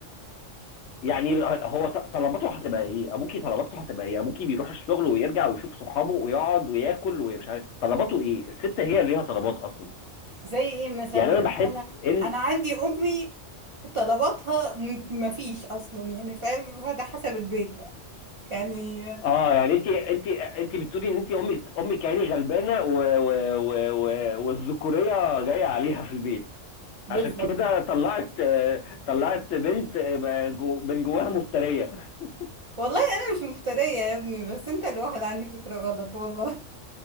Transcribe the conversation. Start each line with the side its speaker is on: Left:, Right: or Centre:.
Left: يعني هو ط- طلباته هتبقى ايه ابوكي طلباته هتبقى ايه ابوكي بيروح الشغل ويرجع ويشوف صحابه ويقعد وياكل ومش عارف طلباته ايه الست هي اللي ليها طلبات اصلا
Right: زي ايه مثلا
Left: يعني انا بحس
Right: انا
Left: ان
Right: انا عندي امي طلباتها م- مفيش اصلا يعني فاهم فده حسب البيت بقى يعني
Left: اه يعني انت انت انت بتقولي ان انت امك امك يعني غلبانه و- و- و- و- والذكوريه جايه عليها في البيت
Right: بالظبط
Left: عشان كده طلعت طلعت بنت جو- من جواها مفترية <laughs>
Right: والله انا مش مفترية يا ابني بس انت الواحد عندي فكرة غلط والله